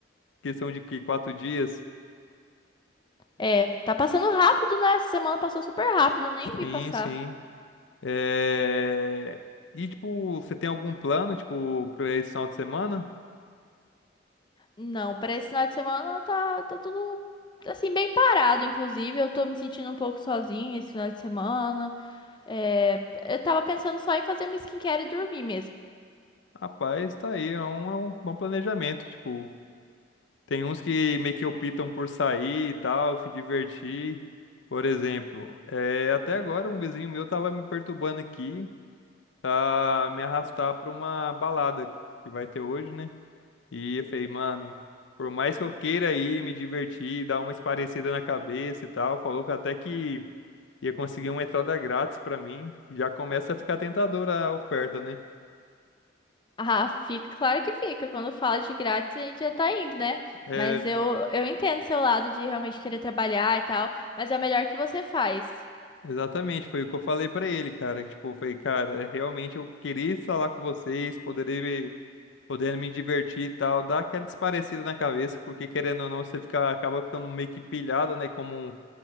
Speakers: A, on the left (about 70°); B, on the left (about 25°).
A: Questão de que quatro dias?
B: É, tá passando rápido, né? Essa semana passou super rápido, nem vi
A: Sim,
B: passar.
A: sim. É... E, tipo, você tem algum plano, tipo, para esse final de semana?
B: Não, para esse final de semana tá, tá tudo assim, bem parado, inclusive. Eu tô me sentindo um pouco sozinha esse final de semana. É, eu tava pensando só em fazer uma skincare e dormir mesmo.
A: Rapaz, tá aí, é um, é um bom planejamento. Tipo, tem uns que meio que optam por sair e tal, se divertir. Por exemplo, é, até agora um vizinho meu tava me perturbando aqui, tá me arrastar pra uma balada que vai ter hoje, né? E eu falei, mano, por mais que eu queira ir me divertir, dar uma esparecida na cabeça e tal, falou que até que ia conseguir uma entrada grátis pra mim, já começa a ficar tentadora a oferta, né?
B: Ah, fica, claro que fica. Quando fala de grátis, a gente já tá indo, né?
A: É,
B: Mas eu, eu entendo seu lado de realmente querer trabalhar e tal, mas é o melhor que você faz.
A: exatamente, foi o que eu falei pra ele, cara. que, Tipo, eu falei, cara, é, realmente eu queria estar lá com vocês, poderei me, podendo me divertir e tal, dar aquela esparecida na cabeça, porque querendo ou não, você fica, acaba ficando meio que pilhado, né? Como